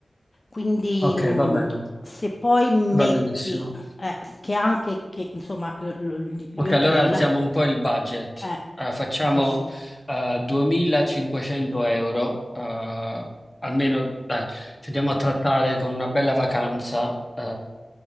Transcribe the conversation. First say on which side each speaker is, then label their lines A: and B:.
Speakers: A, on the left; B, on the left.
A: Quindi,
B: Ok,
A: mhmm,
B: va bene,
A: se poi metti
B: va benissimo.
A: eh, s che anche che insomma, l l gli gli
B: Ok,
A: hotel
B: allora alziamo un po' il budget.
A: eh,
B: Eh, facciamo
A: eh sì,
B: eh, 2500 euro, eh, almeno dai, ci andiamo a trattare con una bella vacanza eh,